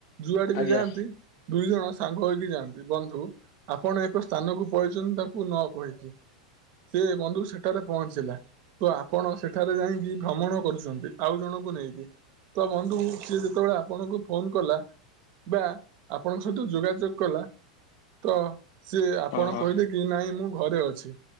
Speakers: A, on the right (about 45°); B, on the left (about 50°).
A: ଯୁଆଡେ
B: ଆଜ୍ଞା
A: ବି ଯାଆନ୍ତି ଦୁଇ ଜଣ ସାଙ୍ଗ ହେଇକି ଯାଆନ୍ତି ବନ୍ଧୁ। ଆପଣ ଏକ ସ୍ଥାନକୁ ପଳେଇଛନ୍ତି ତାଙ୍କୁ ନ କହିକି। ସେ ବନ୍ଧୁ ସେଠାରେ ପହଞ୍ଚିଲା। ତ ଆପଣ ସେଠାରେ ଯାଇକି ଭ୍ରମଣ କରୁଛନ୍ତି ଆଉ ଜଣଙ୍କୁ ନେଇକି। ତ ବନ୍ଧୁ ସିଏ ଯେତେବେଳେ ଆପଣଙ୍କୁ ଫୋନ କଲା। ବା ଆପଣଙ୍କ ସହିତ ଯୋଗାଯୋଗ କଲା। ତ ସିଏ ଆପଣ
B: ହଁ ହଁ।
A: କହିଲେ କି ନାଇଁ ମୁଁ ଘରେ ଅଛି।